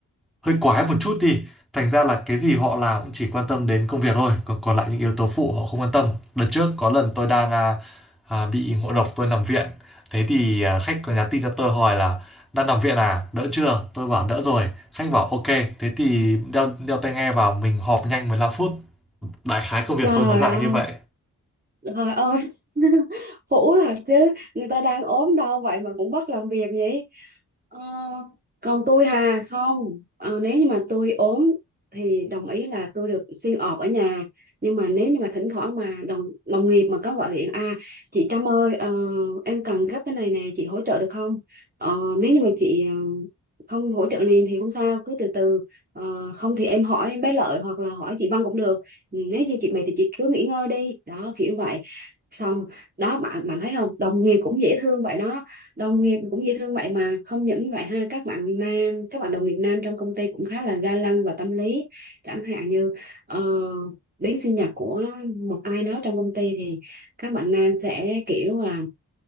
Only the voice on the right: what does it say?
Trời
ơi.
Trời ơi, <laughs> hũ thật chứ, người ta đang ốm đau vậy mà cũng bắt làm việc vậy. Ờ, còn tôi hà không, Ờ, nếu như mà tôi ốm thì đồng ý là tôi được xin ọp ở nhà. Nhưng mà nếu như mà thỉnh thoảng mà đồng đồng nghiệp mà có gọi điện à chị Trâm ơi ờ, em cần gấp cái này nè chị hỗ trợ được không? Ờ, nếu như mà chị ờ, không hỗ trợ liền thì không sao cứ từ từ Ờ, không thì em hỏi bé Lợi hoặc là hỏi chị Văn cũng được Ừ, nếu như chị mệt thì chị cứ nghỉ ngơi đi đó kiểu vậy xong đó bạn bạn thấy không đồng nghiệp cũng dễ thương vậy đó đồng nghiệp cũng dễ thương vậy mà không những như vậy ha các bạn nam các bạn đồng nghiệp nam trong công ty cũng khá là ga lăng và tâm lý chẳng hạn như ờ, đến sinh nhật của một ai đó trong công ty thì các bạn nam sẽ kiểu là